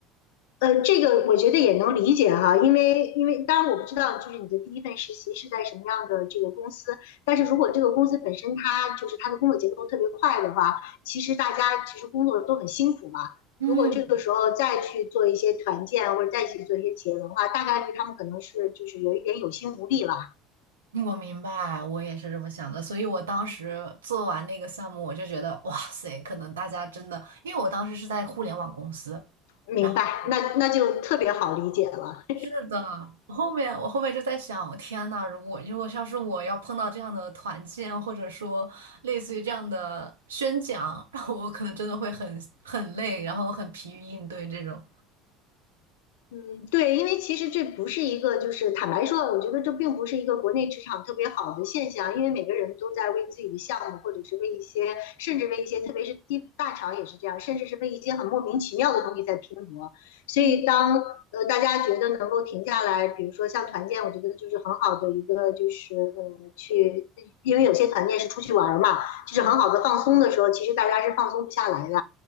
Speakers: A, on the left (about 65°); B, on the right (about 75°).
A: 呃，这个我觉得也能理解哈，因为因为当然我不知道就是你的第一份实习是在什么样的这个公司，但是如果这个公司本身它就是它的工作节奏特别快的话，其实大家其实工作都很辛苦嘛。
B: 嗯。
A: 如果这个时候再去做一些团建或者再去做一些企业文化，大概率他们可能是就是有一点有心无力了。
B: 我明白，我也是这么想的，所以我当时做完那个项目，我就觉得，哇塞，可能大家真的，因为我当时是在互联网公司，
A: 明白，
B: 然后我
A: 那那就特别好理解了。
B: 是的，我后面我后面就在想，天呐，如果如果像是我要碰到这样的团建，或者说类似于这样的宣讲，<laughs> 我可能真的会很很累，然后很疲于应对这种。
A: 嗯，对，因为其实这不是一个，就是坦白说，我觉得这并不是一个国内职场特别好的现象，因为每个人都在为自己的项目，或者是为一些，甚至为一些，特别是地大厂也是这样，甚至是为一些很莫名其妙的东西在拼搏。所以当呃大家觉得能够停下来，
B: 嗯
A: 比如说像团建，我觉得就是很好的一个，就是呃去，因为有些团建是出去玩儿嘛，
B: 嗯，
A: 就是很好的放松的时候，其实大家是放松不下来的。